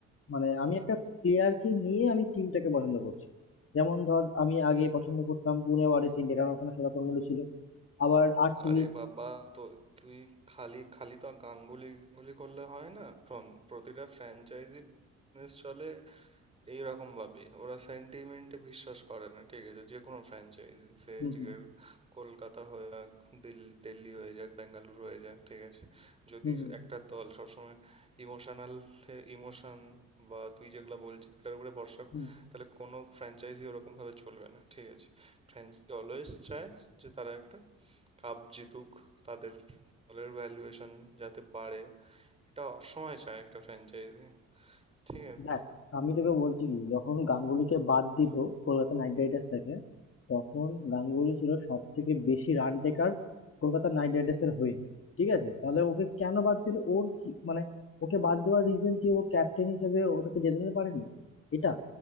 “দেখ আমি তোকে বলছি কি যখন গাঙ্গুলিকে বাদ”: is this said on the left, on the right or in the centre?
Left